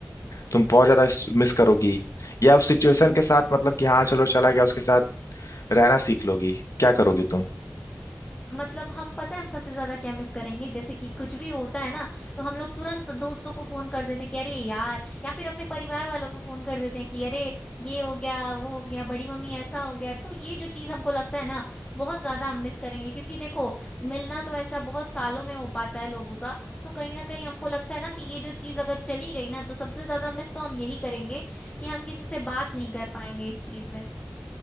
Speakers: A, on the left; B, on the left.
A: तुम बहुत ज्यादा मिस करोगी या उस सिचुएशन के साथ मतलब कि हाँ चलो चला गया उसके साथ रहना सीख लोगी क्या करोगी तुम
B: मतलब हम पता है हम सबसे ज्यादा क्या मिस करेंगे जैसे कि कुछ भी होता है ना तो हम लोग तुरंत दोस्तों को फोन कर देते हैं कि अरे यार या फिर अपने परिवार वालों को फोन कर देते हैं कि अरे ये हो गया वो हो गया बड़ी मम्मी ऐसा हो गया तो ये जो चीज हमको लगता है ना बहुत ज्यादा हम मिस करेंगे क्योंकि देखो मिलना तो ऐसा बहुत सालों में हो पाता है लोगों का तो कहीं ना कहीं हमको लगता है ना कि ये जो चीज अगर चली गई ना तो सबसे ज्यादा मिस तो हम यही करेंगे कि हम किसी से बात नहीं कर पाएंगे इस चीज में